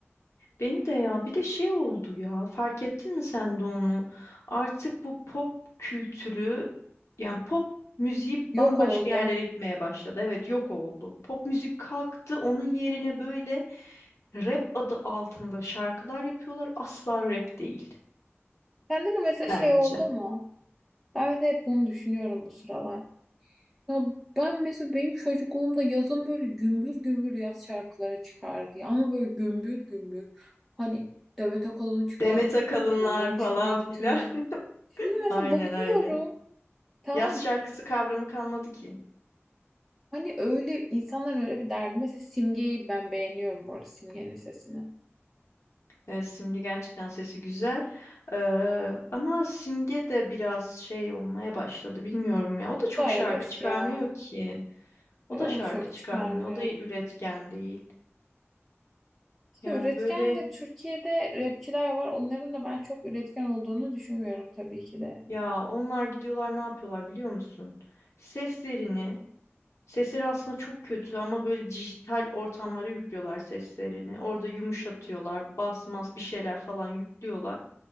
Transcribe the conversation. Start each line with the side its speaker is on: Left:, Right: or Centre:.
Left: Beni de ya bir de şey oldu ya fark ettin mi sen de onu? Artık bu pop kültürü yani pop müziği
Centre: Yok
Left: bambaşka
Centre: oldu.
Left: yerlere gitmeye başladı. Evet yok oldu. Pop müzik kalktı onun yerine böyle rap adı altında şarkılar yapıyorlar. Asla rap değil
Centre: Sende de mesela şey
Left: bence.
Centre: oldu mu? Ben mesela hep bunu düşünüyorum bu sıralar. Ya ben mesela benim çocukluğumda yazın böyle gümbür gümbür yaz şarkıları çıkardı. ya. Ama böyle gümbür gümbür. Hani Demet Akalın çıkarttı.
Left: Demet Akalınlar
Centre: Yalın
Left: falan
Centre: çıkartırdı.
Left: filan. <laughs>
Centre: Şimdi mesela
Left: Aynen
Centre: bakıyorum
Left: aynen.
Centre: tamam
Left: Yaz
Centre: mı?
Left: şarkısı kavramı kalmadı ki.
Centre: Hani öyle insanların öyle bir derdi. Mesela Simge'yi ben beğeniyorum bu arada Simge'nin sesini.
Left: Evet Simge gerçekten sesi güzel. Ee, ama Simge de biraz şey olmaya başladı bilmiyorum ya. O da çok
Centre: Bu da arabesk
Left: şarkı çıkarmıyor
Centre: ya.
Left: ki. O
Centre: Böyle
Left: da
Centre: o
Left: şarkı
Centre: da çok
Left: çıkarmıyor.
Centre: çıkarmıyor.
Left: O da üretken değil.
Centre: İşte
Left: Yani
Centre: üretken
Left: böyle
Centre: de Türkiye'de rapçiler var. Onların da ben çok üretken olduğunu düşünmüyorum tabii ki de.
Left: ya onlar gidiyorlar ne yapıyorlar biliyor musun? Seslerini, sesleri aslında çok kötü ama böyle dijital ortamlara yüklüyorlar seslerini. Orada yumuşatıyorlar, bas mas bir şeyler falan yüklüyorlar.